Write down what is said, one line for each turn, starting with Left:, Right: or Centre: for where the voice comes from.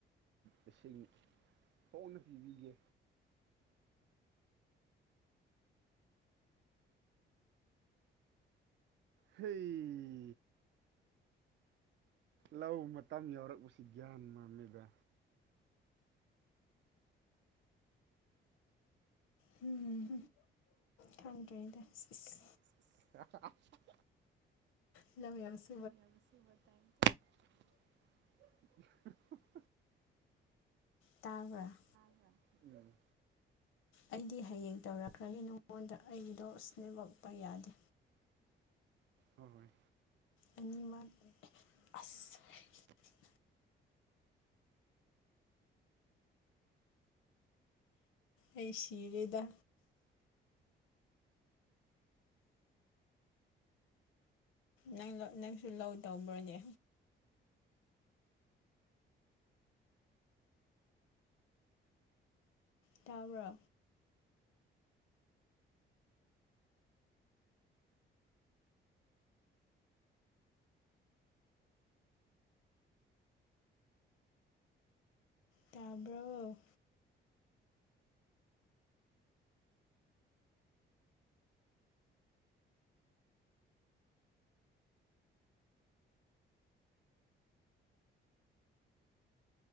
Right: ꯂꯤꯁꯤꯡ ꯍꯣꯡꯅ ꯄꯤꯕꯤꯒꯦ ꯍꯩ ꯂꯧ ꯃꯇꯝ ꯌꯥꯎꯔꯛꯄꯁꯤ ꯒ꯭ꯌꯥꯟ ꯃꯝꯃꯤꯗ
Left: ꯍꯝ ꯈꯪꯗ꯭ꯔꯦꯗ ꯁꯤ ꯏꯁ
Right: <unintelligible>
Left: ꯂꯧ ꯌꯥꯝ ꯁꯨ
Right: <inaudible>
Left: ꯇꯥꯕ꯭ꯔꯥ
Right: ꯎꯝ
Left: ꯑꯩꯗꯤ ꯍꯌꯦꯡ ꯇꯧꯔꯛꯀꯥꯅꯤ ꯅꯉꯣꯟꯗ ꯑꯩꯒꯤꯗꯣ ꯑꯁ ꯅꯦꯠꯋꯥꯛꯄ ꯌꯥꯗꯦ
Right: ꯍꯣ ꯍꯣꯏ
Left: ꯑꯅꯤꯃꯛ ꯑꯁ <inaudible> ꯑꯩ ꯁꯤꯔꯦꯗ ꯅꯪ ꯂꯥ ꯅꯪꯁꯨ ꯂꯧ ꯇꯧꯕ꯭ꯔꯥꯅꯦ ꯇꯥꯕ꯭ꯔꯣ ꯇꯥꯕ꯭ꯔꯣ